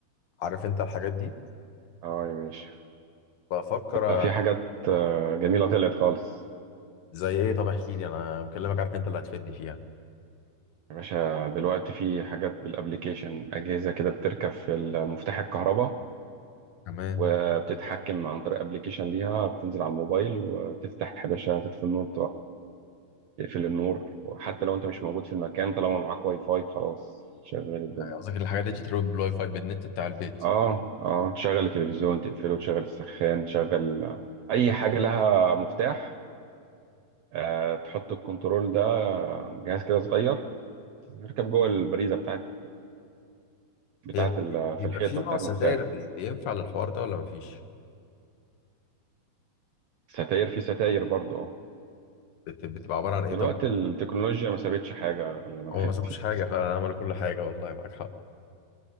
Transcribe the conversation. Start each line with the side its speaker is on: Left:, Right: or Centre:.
Left: عارف انت الحاجات دي
Right: اه يا باشا
Left: بفكر
Right: ده في
Left: أ-
Right: حاجات آه، جميله طلعت خالص
Left: زي ايه طب احكي لي انا مكلمك عارف انت اللي هتفيدني فيها
Right: يا باشا دلوقتي في حاجات بالابليكيشن اجهزه كده بتركب في مفتاح الكهرباء
Left: تمام
Right: وبتتحكم عن طريق ابليكيشن ليها بتنزل على الموبايل وتفتح يا باشا تطفي النور وتقفل النور وحتى لو انت مش موجود في المكان طالما معاك واي فاي خلاص شغال الدنيا
Left: يعني قصدك الحاجات دي تتروج بالواي فاي بالنت بتاع البيت
Right: اه اه تشغل التلفزيون تقفله تشغل السخان تشغل آه، اي حاجه لها مفتاح آه تحط الكنترول ده آه، جهاز كده صغير يركب جوه البريزه بتاعت بتاعت
Left: هي
Right: ال-
Left: بي- بيبقى
Right: في الحيطه
Left: في نوع
Right: بتاعت
Left: ستاير
Right: المفتاح
Left: بي- بينفع للحوار ده ولا مفيش؟
Right: ستاير في ستاير برضو اه
Left: بت- بتبقى عبارة عن ايه
Right: دلوقتي
Left: طبعا؟
Right: التكنولوجيا ما سابتش حاجه غير لما
Left: هو
Right: دخلت
Left: ما سابوش
Right: فيها
Left: حاجة فعلا عملوا كل حاجة والله معاك حق